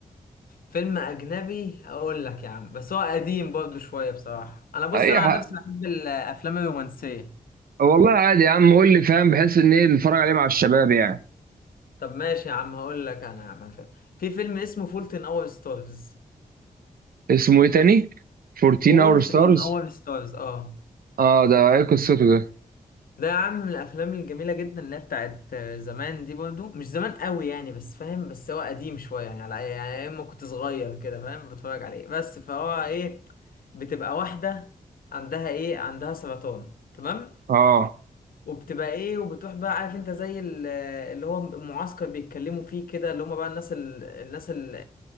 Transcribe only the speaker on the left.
فيلم اجنبي اقول لك يا عم بس هو قديم برضه شويه بصراحه انا بص
انا عن
نفسي بحب الافلام الرومانسيه
طب ماشي يا عم هقول لك انا يا عم على الفيلم في فيلم اسمه فولت ان اور ستارز
فولت
ان اور ستارز اه
ده يا عم من الافلام الجميله جدا اللي هي بتاعت آه، زمان دي برضو مش زمان قوي يعني بس فاهم بس هو قديم شويه يعني على أي- يعني اما كنت صغير كده فاهم بتفرج عليه بس فهو ايه بتبقى واحده عندها ايه عندها سرطان تمام
وبتبقى ايه وبتروح بقى عارف انت زي ال- اللي هو المعسكر بيتكلموا فيه كده اللي هم بقى الناس ال... الناس ال-